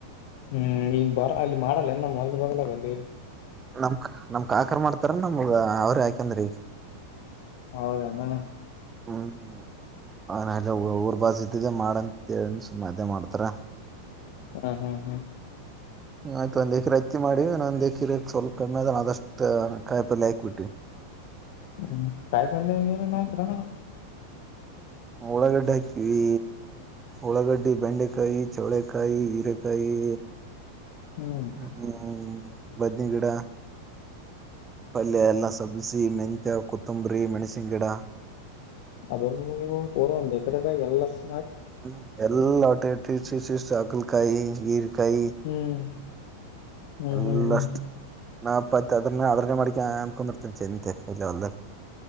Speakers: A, on the left (about 50°); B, on the right (about 20°).
A: ಹ್ಮ್ ಈಗ ಬರ ಅಲ್ಲಿ ಮಾಡಲ್ಲ ಎಲ್ಲ ಮೊಲ್ ಬರ್ಲಾಗಲ್ಲ
B: ನಮಕ್ ನಮ ಕ ಆಕರ್ ಮಾಡ್ತಾರ ನಮಗ ಅವ್ರ ಯಾಕಂದ್ರಿ
A: ಹೌದಾ ನ
B: ಹ್ಮ ಹನ್ಲ್ಲ ಊರ್ ಬಸ್ ಇದ್ದಿದ್ದೆ ಮಾಡಂತ ಸುಮ್ಮದೆ ಮಾಡ್ತಾರ
A: ಹ್ಮ್ ಹ್ಮ್ ಹ್ಮ್
B: ಆಯ್ತು ಒಂದ್ ಎಕ್ರರೆ ಹಚ್ಚಿ ಮಾಡಿ ನ ಒಂದ ಎಕ್ರರೆ ಸ್ವಲ್ಪ ಕಮ್ಮಿ ಆದದ ಅದಷ್ಟ ಕಾಯಿ ಪಲ್ ಹಾಕ್ಬ ಬಿಟ್ಟವಿ <unintelligible>
A: ಹ್ಮ್ ಕಾಯ ಕಲ್ಲ ನ ಕಣ
B: ಒಳಗಡ್ಡೆ ಹಾಕಿವಿ ಉಳಗಡ್ಡಿ ಬೆಂಡೆಕಾಯಿ ಚೌಳಕಾಯಿ ಹೀರೆಕಾಯಿ
A: ಹ್ಮ್
B: ಹ್ಮ್ ಬದನಿಗಿಡ ಪಲ್ಯ ಎಲ್ಲ ಸಬ್ಸಿಿ ಮೆಂತ್ಯ ಕೊತ್ತಂಬ್ರಿ ಮೆಣಸಿನ್ ಗಿಡ
A: ಅ <inaudible> ಎಲ್ಲ <inaudible>
B: ಹ್ಮ್ ಎಲ್ಲಾ ಹೊಟಿಟ ಶ ಆ ಕಾಯಿ ಈರಿಕಾಯ
A: ಹ್ಮ್ ಹ್ಮ್
B: ಎಲ್ಲಷ್ಟ
A: ಹ್ಮ್ ಹ್ಮ್
B: ನಾಪ್ಪತ್ತ ಅದ್ರ ಅದ್ರನ್ನ ಮಾಡಡಿಕ ಆನ್್ಕೊಂಡಿರ್ತೇನೆ ಚಂತೆ ಅಲ್ಲ ಒಲ್ಲ